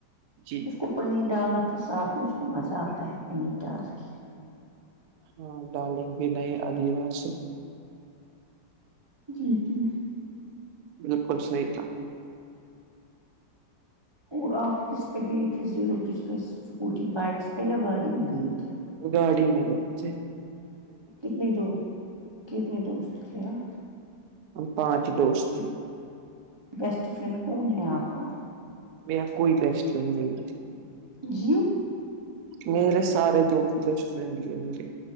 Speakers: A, on the right; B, on the right.
A: جی
B: اس کو- پنیر ڈالنا تھا ساتفھ میں اس کو مزہ آتا ہے پنیر ڈال کے-
A: ہاں ڈالیں گے نئے اگلی بار سے
B: جی- جی
A: بالکل صحیح تھا
B: اور آپ کس پہ گئے تھے زیرو برج پہ اسکوٹی بائکس پہ یا گاڑی میں گئے تھے-
A: گاڑی میں گاؤچ
B: کتنے دوست کتنے دوست تھے آپ
A: ہم پانچ ہی دوست تھے
B: بیسٹ فرینڈ کون ہے آپ کا
A: میرا کوئی بیسٹ فرینڈ نہیں ہے-
B: جی
A: میرے سارے دوست بچ فڈ ہے میرے